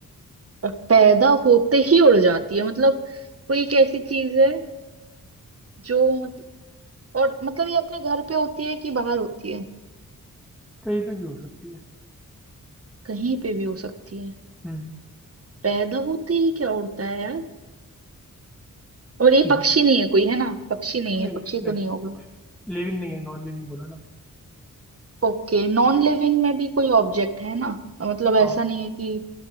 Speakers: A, on the right; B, in the centre.
A: और पैदा होते ही उड़ जाती है मतलब कोई एक ऐसी चीज है जो मतलब और मतलब ये अपने घर पे होती है कि बाहर होती है
B: कहीं पे भी हो सकती है
A: कहीं पे भी हो सकती है
B: हम्म
A: पैदा होते ही क्या उड़ता है यार और ये
B: हम्म,
A: पक्षी नहीं है कोई है ना पक्षी नहीं
B: नहीं
A: है पक्षी तो
B: नहीं
A: नहीं होगा
B: लिविंग नहीं है नॉन लिविंग बोला ना
A: ओके नॉन लिविंग में भी कोई ऑब्जेक्ट है ना मतलब ऐसा
B: हाँ
A: नहीं है कि